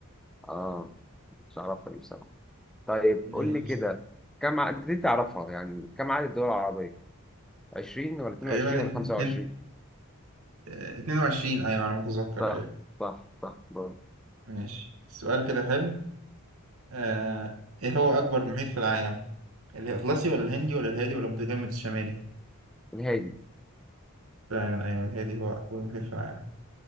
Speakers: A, in the centre; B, on the right.
A: اه مش عارفها دي بصراحه طيب
B: ماشي
A: قول لي كده كم عدد دي تعرفها يعني كم عدد الدول العربيه 20 ولا 22
B: تقريبا اتنين
A: ولا 25
B: اتنين- آه، 22 أيوة على ما أتذكر
A: صح
B: أيوة
A: صح صح برافو
B: ماشي سؤال كده حلو آه، ايه هو اكبر محيط في العالم الاطلسي ولا الهندي ولا الهادي ولا المتجمد الشمالي
A: الهادي
B: فعلا ايوه الهادي هو اكبر محيط في العالم